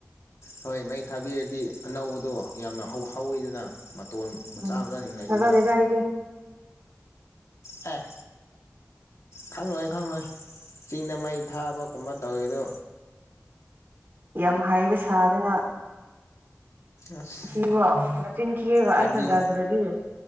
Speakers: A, on the left; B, on the right.
A: ꯍꯣꯏ ꯃꯩ ꯊꯥꯕꯤꯔꯗꯤ ꯑꯅꯧꯕꯗꯣ ꯌꯥꯝꯅ ꯍꯧ ꯍꯧꯋꯤꯗꯅ꯫ ꯃꯇꯣꯟ ꯃꯆꯥ
B: ꯎꯝ
A: ꯃꯆꯥꯁꯤꯡ ꯂꯩꯁꯤꯅ
B: ꯊꯥꯖꯗꯦꯗ ꯑꯩꯗꯤ
A: ꯑꯦ ꯈꯪꯂꯉꯣꯏ ꯈꯪꯂꯣꯏ ꯆꯤꯡꯗ ꯃꯩ ꯊꯥꯕꯒꯨꯝꯕ ꯇꯧꯋꯦꯗꯣ
B: ꯌꯥꯝ ꯍꯥꯏꯕ ꯁꯥꯗꯅ
A: ꯑꯁ
B: ꯊꯤ ꯋꯥ ꯅ ꯡꯆꯤꯟꯊꯤꯔ
A: ꯍꯥꯏꯕꯤ
B: ꯑꯩ ꯊꯖꯗ꯭ꯔꯗꯤ꯫ ꯑ